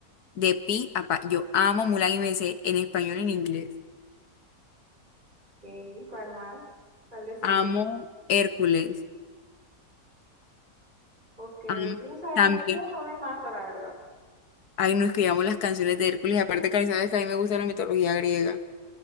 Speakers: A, on the left; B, on the right.
A: de pi a pa. Yo amo Mulan y me sé en español y en inglés.
B: Ok, ¿cuál más? ¿Cuál decir?
A: Amo Hércules.
B: Ok,
A: Am-
B: vamos a
A: también,
B: ver, no, no me mata, la verdad.
A: ay, nos escribíamos las canciones de Hércules, aparte que sabes que a mí me gusta la mitología griega.